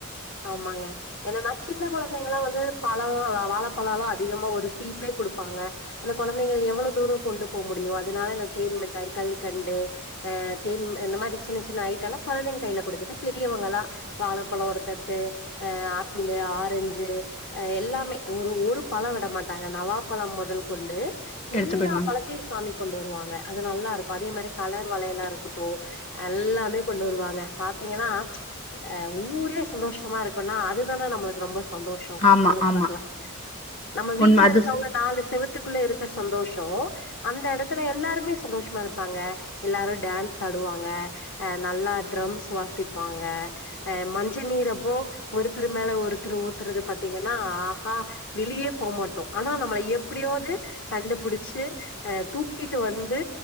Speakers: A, on the left; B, on the left.
A: ஆமாங்க என்னன்னா சின்ன கொழந்தைங்கலா வந்து பழோ வாழப்பலோலா அதிகமா ஒரு சீப்பே கொடுப்பாங்க அந்த கொழந்தைங்க எவ்வளவு தூரோ கொண்டு போக முடியு அதனால இந்த தேன் மிட்டாய் கல்கண்டு அ தேன் இந்த மாதிரி சின்ன சின்ன ஐட்டல்லா கொழந்தைங்க கையில கொடுத்துட்டு பெரியவங்க எல்லா வாழப்பழோ ஒருத்த ட்டு அ ஆப்பிளு ஆரஞ்சு எல்லாமே ஒரு ஒரு பழோ விட மாட்டாங்க நவா பழோ மொதல் கொண்டு
B: எடுத்துட்டு
A: எல்லா
B: போயிடுவாங்க
A: பழத்தயு சாமிக்கு கொண்டு வருவாங்க அது நல்லா இருக்கு அதே மாரி கலர் வளயலா இருக்கட்டோ எல்லாமே கொண்டு வருவாங்க பாத்தீங்கன்னா ஆ ஊரே சந்தோஷ தமா இருக்குன்னா அதுதானே நம்ளுக்கு ரொம்ப சந்தோஷோ
B: ஆமா
A: சொல்லுங்க
B: ஆமா
A: பாக்லா நம்ம வீட்ல
B: உண்ம அது
A: இருக்கவங்க நாலு செவுத்து க்குள்ள இருக்க சந்தோஷோ அந்த எடத்துல எல்லாருமே சந்தோஷமா இருப்பாங்க எல்லாரு டான்ஸ் ஆடுவாங்க நல்லா அ ட்ரம்ஸ் வாசிப்பாங்க அ மஞ்ச நீர ப்போ ஒருத்தர் மேல ஒருத்தர் ஊத்றது பத்தீங்கன்னா ஆஹா வெளியே போமாட்டோம் ஆனா நம்மள எப்டியாவது கண்டுபுடிச்சு அ தூக்கிட்டு வந்து